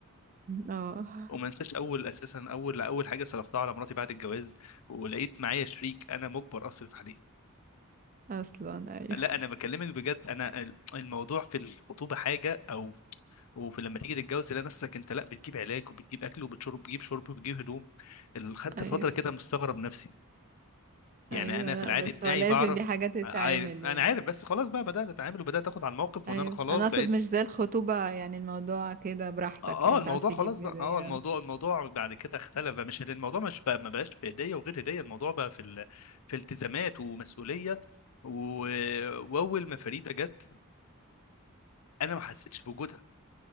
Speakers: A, on the right; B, on the left.
A: اه
B: وما انساش اول اساسا اول اول حاجه صرفتها على مراتي بعد الجواز ولقيت معايا شريك انا مجبر اصرف عليه
A: اصلا ايوه
B: لا انا بكلمك بجد انا ال- الموضوع في الخطوبه حاجه او وفي لما تيجي تتجوز تلاقي نفسك انت لا بتجيب علاج وبتجيب اكل وبتشرب بتجيب شرب وبتجيب هدوم ال- خدت
A: ايوه
B: فتره كده مستغرب نفسي يعني
A: ايوه
B: انا
A: لا
B: في العادي
A: بس
B: بتاعي
A: هو لازم
B: بعرف
A: دي حاجه تتعامل
B: عارف انا
A: يعني
B: عارف بس خلاص بقى بدات اتعامل وبدات اخد على الموقف وان
A: ايوه
B: انا خلاص
A: انا اقصد
B: بقيت
A: مش زي الخطوبة يعني الموضوع كده براحتك
B: اه
A: يعني انت
B: الموضوع
A: عاوز تجيب
B: خلاص بقى
A: هدية
B: اه الموضوع الموضوع بعد كده اختلف بقى. مش الموضوع مش بقى ما بقاش في هديه وغير هديه الموضوع بقى في ال... في التزامات ومسؤوليه و... واول ما فريده جت انا ما حسيتش بوجودها